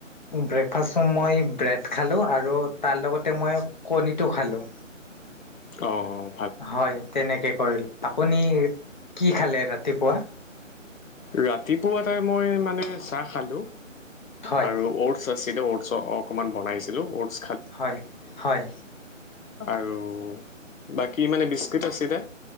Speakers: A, on the left; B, on the left.
A: ব্ৰেকফাষ্টত মই ব্ৰেড খালো আৰু তাৰ লগত মই কণীটো খালোঁ।
B: অ'।
A: হয়, তেনেকে কৰিলো, আপুনি কি খালে ৰাতিপুৱা?
B: ৰাতিপুৱাতে মই মানে চাহ খালো,
A: হয়
B: আৰু অৰ্ডছ আছিল অৰ্ডছ অকণমান বনাইছিলো অৰ্ডছ
A: হয়, হয়।
B: আৰু, বাকী মানে বিস্কুট আছিলে।